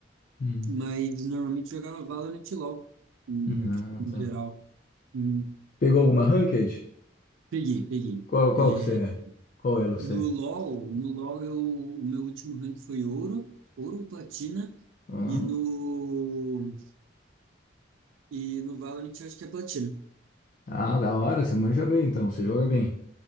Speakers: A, on the left (about 45°); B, on the right (about 80°).
A: Hum.
B: mas normalmente jogava Valorant e LoL, hum,
A: Ah,
B: tipo, no
A: tá.
B: geral. Hum,
A: Pegou alguma ranked?
B: peguei, peguei.
A: Qual, qual
B: É,
A: que você é? Qual elo
B: no
A: você
B: LoL,
A: é?
B: no LoL eu, o meu último rank foi ouro, ouro, platina,
A: Hã?
B: e no, e no Valorant eu acho que é platina.
A: Ah, da hora, você manja bem então, você joga bem.